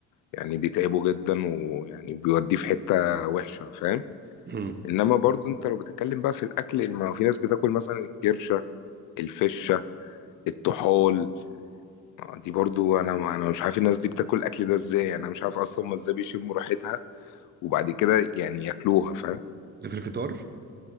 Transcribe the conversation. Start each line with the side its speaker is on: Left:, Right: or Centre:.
Left: يعني بيتعبه جدا ويعني بيوديه في حتة وحشة فاهم
Right: <clears throat> مم.
Left: انما برضو انت لو بتتكلم بقى في الاكل يعني ما هو في ناس بتاكل مثلا الكرش الفشة، الطحال، دي برضه أنا ما أنا مش عارف الناس دي بتاكل الأكل ده إزاي، يعني أنا مش عارف أصلًا هُم إزاي بيشمّوا ريحتها وبعد كده يعني ياكلوها فاهم؟
Right: ده في الفطار